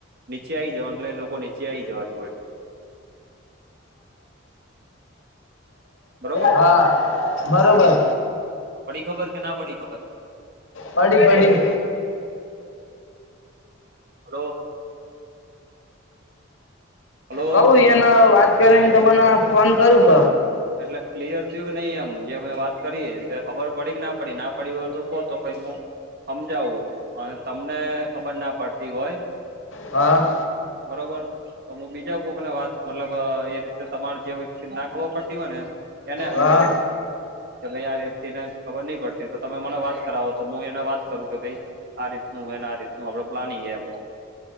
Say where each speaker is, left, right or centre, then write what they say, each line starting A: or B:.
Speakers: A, on the right; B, on the left.
A: નીચે આવી જવાનું એટલે એ લોકો નીચે આઈ જવા જોઇ. બરોબર
B: હા, બરોબર.
A: તો પડી ખબર કે ના પડી ખબર?
B: પડી પડી.
A: હલો. હલો
B: કઉું એને વાત કરીને તમને ફોન કરું.
A: એટલે ક્લિયર થયું કે નહી એમ જે અમે વાત કરી એ ખબર પડી કે ના પડી પડી હોય તો કહો તો પછી સમજાવું અને તમને ખબર ના પડતી હોય.
B: હા.
A: બરોબર, તો હું બીજા કોક ને વાત મતલબ એ રીતે તમારે જે હોય ખબર ના પડતી હો ને એને સમજાવું.
B: હા
A: કે ભાઈ આ વ્યક્તિને ખબર નહી પડતી તો તમે મને વાત કરાવો તો હું એને વાત કરું કે ભાઈ આ રીતનું હોયને આ રીતનું આપણું પ્લાનિંગ એમ.